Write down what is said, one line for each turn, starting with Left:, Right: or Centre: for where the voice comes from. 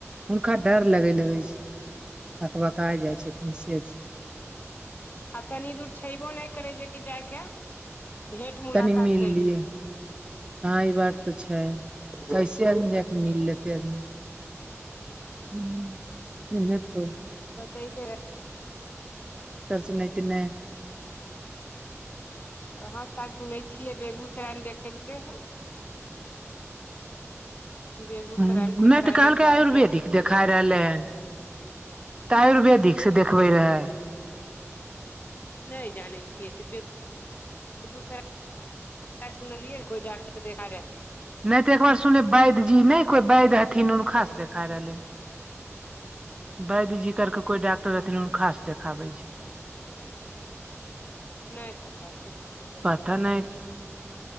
Right: हुनका डर लगे लगै छै बकबकाय
Left: हँ
Right: जाइ छथिन से
Left: आ तनी दूर छयबो नहि करै छै कि जायके भेंट मुलाकात
Right: तनी मिल
Left: कर
Right: लियै
Left: लि हऽ
Right: हँ ई बात तऽ छै कैसे
Left: तऽ
Right: आदमी जाके मिल लेतै आदमी
Left: <inaudible>
Right: <unintelligible> तर
Left: बतैले
Right: सुने थिने
Left: हाँ सायल सुनै छै छियै बेगूसरायमे देखेलके हन बेगूसरायमे
Right: ह
Left: कोइ
Right: नहि
Left: प्राइवेट
Right: तऽ कहलकै
Left: डॉक्टर
Right: आयुर्वेदिक
Left: छै
Right: देखाय रहलै हन तऽ आयुर्वेदिक से देखबे रहै
Left: नहि जानै छियै तऽ बेगूसराय सुनलियै कोइ डॉक्टरसँ देखा यऽ दे रहे
Right: नहि तऽ एकबार सुनलेै वैद्य जी नहि कोइ वैद्य हथिन हुनकासँ देखा रहलैनि वैध जी करके कोइ डॉक्टर रहथिनक हुनका स देखाबै छै
Left: नहि पता छै कहाँ देखाबै
Right: पता नहि
Left: छथिन